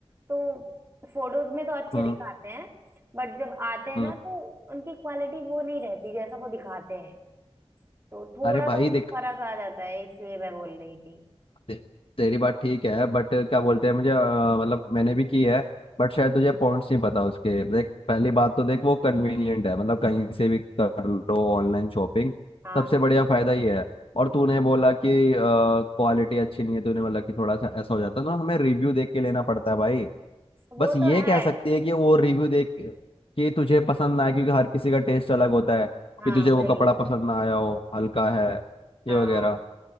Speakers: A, on the right; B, on the left.
A: तो फोटोज में तो अच्छे
B: हम्म
A: दिखाते हैं बट जब आते हैं
B: हम्म
A: ना तो उनकी क्वालिटी वो नहीं रहती जैसा वो दिखाते हैं तो थोड़ा
B: अरे
A: सा
B: भाई देख
A: फर्क आ जाता है इसलिए मैं बोल रही थी
B: ते- तेरी बात ठीक है बट क्या बोलते हैं मुझे अ, मतलब मैंने भी की है बट शायद तुझे
A: हम्म,
B: पॉइंट्स नहीं पता उसके देख पहली बात तो देख वो कन्वीनियंट है मतलब कहीं से भी कर लो ऑनलाइन शॉपिंग
A: हाँ
B: सबसे
A: हाँ
B: बढ़िया फायदा ये है और तूने बोला कि क्वालिटी अच्छी नहीं है तूने मतलब कि थोड़ा सा ऐसा हो जाता है ना हमें रिव्यू देख के लेना पड़ता है भाई
A: वो
B: बस ये
A: तो है
B: कह सकती है कि वो रिव्यू देख के कि तुझे पसंद ना आए क्योंकि हर किसी का टेस्ट अलग होता है
A: हाँ
B: कि तुझे
A: भाई
B: वो कपड़ा पसंद ना आया हो हल्का है ये
A: हाँ
B: वगैरह